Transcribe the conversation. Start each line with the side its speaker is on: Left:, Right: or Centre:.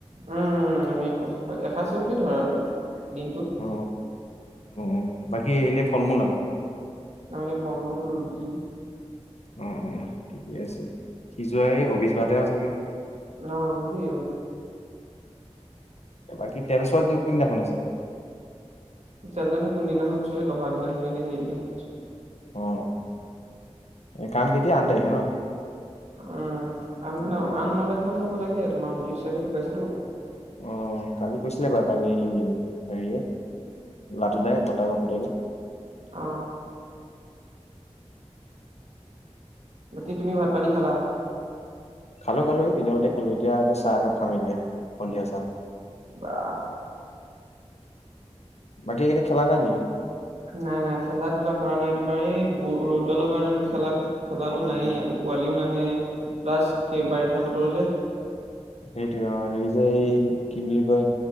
Right: উম আমি এসো এসাঁজ বুলিয়ে ধৰা আৰু দিনটোত।
Left: অ অ বাকী এনে ফল মূল আৰু।
Right: তাৰ মানে ফল মূল ৰুটি।
Left: অ অ ঠিকে আছে সিজোৱাই এই হবিজ ভাতে আৰু চাগে
Right: অ হেৰি
Left: বাকী তেল চোৱা কোনদিনাখন আছে
Right: নাজানো কোনদিনাখন চুুৱে দহা দিনাখননে সেইদিনাখন চে
Left: অ অ এ কাম কেতিয়া আন তাৰিখে ন
Right: উম আন ন
Left: অ
Right: আন ন তাৰিখ মানে হ'ব লাগে তোমাৰ ঊনত্ৰিশ তাৰিখে ঢুকাইছে টো
Left: অ কালি কৈছিলে বাৰু পাল এই হেৰিয়ে লাতু দাই বৰ্তাকৰ পুতেকে
Right: অ বাকি তুমি ভাত পানী খালা?
Left: খালো খালো স কেতিয়াবাতেই খালো এতিয়া আকৌ চাহ একাপ খাম এতিয়া সন্ধিয়া চাহ
Right: বাাহ
Left: বাকী এইকেইদিন খেলা নাই নেকি?
Right: নাই নাই খেলা ধূলা কৰা নাই তোমাৰ এই ব ৰ'দডালৰ কাৰণো খেলা খেলাটো
Left: অ',
Right: নাইয়ে আকৌ পোৱালিও নাহে প্লাছ সেই বাৰিষা বতৰ যে।
Left: সেইটোয়ে অ হেৰি যে এই কি বুলি কয়